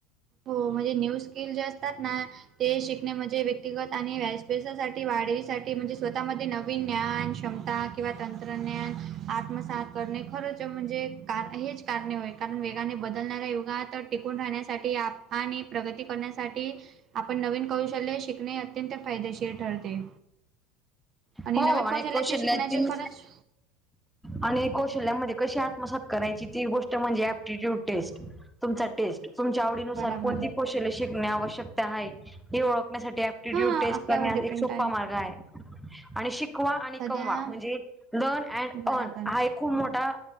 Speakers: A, on the right; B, in the centre.
A: हो म्हणजे न्यू स्किल जे असतात ना ते शिकणे म्हणजे व्यक्तिगत आणि व अभ्यासासाठी वाढवीसाठी म्हणजे स्वतःमध्ये नवीन ज्ञान क्षमता किंवा तंत्रज्ञान आत्मसात खरच म्हणजे हेच कारणेय कारण वेगाने बदलणाऱा युगा तर टिकून राहण्या आणि प्रगती करण्यासाठी आपण नवीन कौशल्य शिकणे अत्यंत फायदेशीर ठरते आणि
B: हो
A: नवीन कौशल्याचे
B: कौशल्यातील
A: शिकण्याचे खरंच
B: आणि कौशल्यामध्ये कशी आत्मसात करायची ती गोष्ट म्हणजे ऍप्टिट्यूड टेस्ट तुमचा टेस्ट तुमच्या आवडीनुसार
A: बराबर.
B: कोणती कौशल्य शिकणे आवश्यकता आहे हे ओळखण्यासाठी
A: हां,
B: ्य टेस्ट
A: आपल्यावर
B: कर
A: डिपेंड
B: एक सो मार्ग आहे आणि शिकवा आणि
A: सध्या
B: कमवा म्हणजे लन अड
A: बराबर,
B: अर्न हा एक खूप मोठा